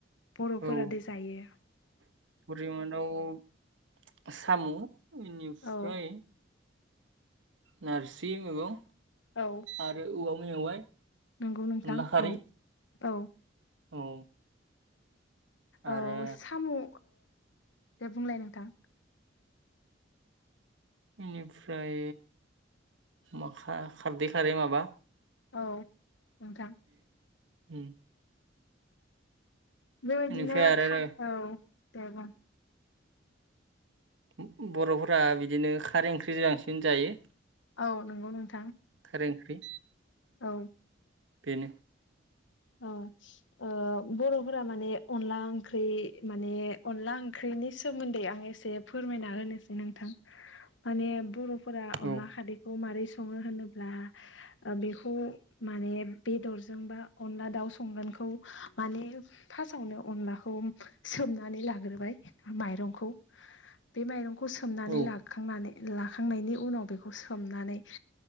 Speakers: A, on the left (about 70°); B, on the right (about 70°).
A: बर'फोरादि
B: औ
A: जायो।
B: <unintelligible> साम' बेनिफ्राय
A: औ
B: नोरसिं मैगं
A: औ
B: आरो औवा मेवाय अनला
A: नंगौ नोंथां
B: खारि
A: औ औ।
B: औ
A: औ
B: आरो
A: साम' ओ दे बुंलाय नोंथां?
B: बेनिफ्राय मा खारदै खारै माबा
A: औ नोंथां
B: ओम
A: बेबायदिनो
B: बेनिफ्राय आरो
A: खार औ दे बुं
B: ब-बर'फोरा बिदिनो खारै ओंख्रिजों बांसिन जायो
A: औ नंगौ नोंथां
B: ओंख्रि
A: औ
B: बेनो
A: औ ओ औ बर'फोरा माने अनला ओंख्रि माने अनला ओंख्रिनि सोमोन्दै आं एसे फोरमायना होनोसै नोंथां माने बर'फोरा अनला
B: औ
A: खारैखौ मारै सं सङो होनोब्ला ओ बेखौ माने बेदरजोंबा अनला दाउ संगोनखौ माने फार्स्ट आवनो अनलाखौ सोमनानै लाग्रोबाय माइरंखौ बे माइरंखौ सोमनानै
B: औ
A: लाखांनानै लाखांनायनि उनाव बेखौ सोमनानै